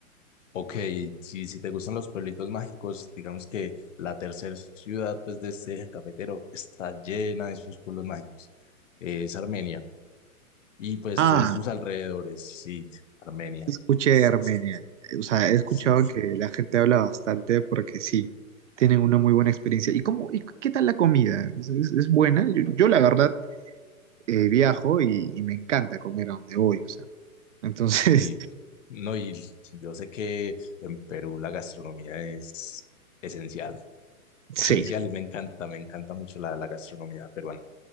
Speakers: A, on the left (about 60°); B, on the right (about 55°).
A: Ok, si, si te gustan los pueblitos mágicos, digamos que la tercera ciudad pues, de este eje cafetero está llena de sus pueblos mágicos. Eh, es Armenia. Y pues
B: Ah,
A: son sus alrededores, sí, Armenia.
B: sí escuché
A: pues,
B: de Armenia. O sea, he escuchado
A: sí,
B: que la gente habla bastante porque sí, tienen una muy buena experiencia. ¿Y cómo, y qué tal la comida? ¿Es, es- es buena? Yo, yo, la verdad eh, viajo y, y me encanta comer a donde voy, o sea. Entonces,
A: sí. No, y yo sé que en Perú la gastronomía es esencial, <laughs>
B: <laughs>
A: esencial
B: sí.
A: y me encanta, me encanta mucho la, la gastronomía peruana.